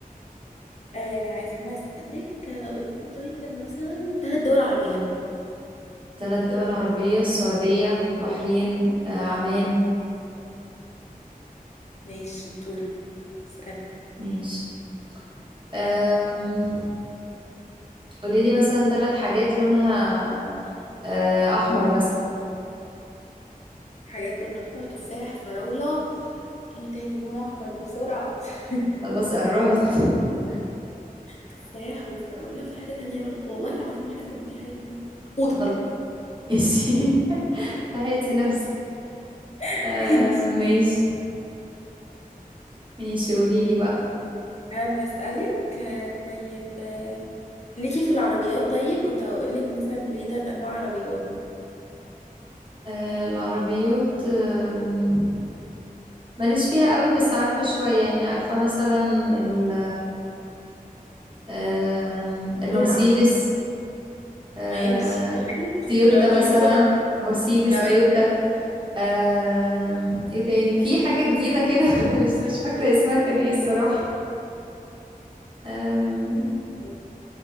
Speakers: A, on the left; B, on the right.
A: آه عايزة أنا أسألك آه، قولي طيب مثلا ثلاث دول عربية
B: ثلاث دول عربية السعودية بحرين آه عمان
A: ماشي شطورة اسألك
B: ماشي أم... قولي لي مثلا ثلاث حاجات لونها آه، احمر مثلا
A: حاجات لون أحمر تفاح فراولة ايه تاني لون أحمر بسرعة <laughs>
B: خلاص قربت <laughs>
A: تفاح وفراولة في حاجة تانية لون والله العظيم حاسة إن في حاجة تانية أوضة
B: خلاص ماشي <laughs> لحقتي نفسك
A: <laughs>
B: آه ماشي ماشي قولي لي بقى
A: أنا بسألك آه، طيب آه، ليكي في العربيات طيب كنت هقولك مثلا قولي تلات أنواع عربيات
B: آه، العربيات آم، ماليش فيها قوي بس عارفة شوية يعني عارفة مثلا ال آم، المرسيدس
A: بسرعة
B: آه،
A: ماشي <laughs> الحاجة مشهورة
B: تويوتا
A: قولي
B: مثلا
A: بسرعة
B: مرسيدس
A: تمام
B: تويوتا
A: ماشي.
B: آم، ايه تاني في حاجة جديدة كده <laughs> بس مش فاكرة اسمها كان ايه الصراحة آم،
A: آه.